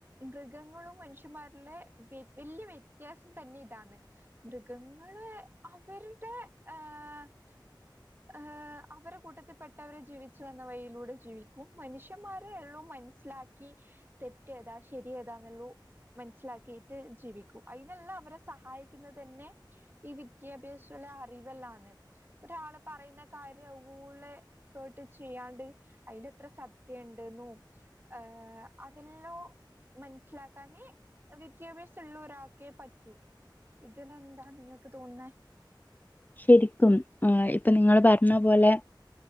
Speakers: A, on the right; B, on the left.
A: മൃഗങ്ങളും മനുഷ്യമാര്ല് വല്യ വ്യത്യാസം തന്നെ ഇതാന്ന് മൃഗങ്ങള് അവരുടെ ഏഹ് ഏഹ് അവരെ കൂട്ടത്തിപ്പെട്ടവരെ ജീവിച്ചു വന്ന വഴിയിലൂടെ ജീവിക്കും മന്ഷ്യ ന്മാരെള്ളൂ മനസ്സിലാക്കി തെറ്റേതാ ശരിയേതാന്നുള്ളൂ മൻസ്സിലാക്കിയിട്ട് ജീവിക്കൂ അയ്നല്ലാം അവരെ സഹായിക്കുന്നതന്നെ ഈ വിദ്യാഭ്യാസുള്ള അറിവല്ലാന്ന് ഒരാള് പറയുന്ന കാര്യം അവ്‌പോലെ കേട്ട് ചെയ്യാണ്ട് അയ്ലെത്ര സത് ത്യണ്ട്ന്നും ഏഹ് അതെല്ലോ മൻസ്സിലാക്കാനെ വിദ്യാഭ്യാസള്ളൊരാക്കെ പറ്റൂ ഇതിലെന്താ നിങ്ങക്ക് തോന്നേ
B: ശെരിക്കും ആ ഇപ്പൊ നിങ്ങള് പർഞ്ഞപോലെ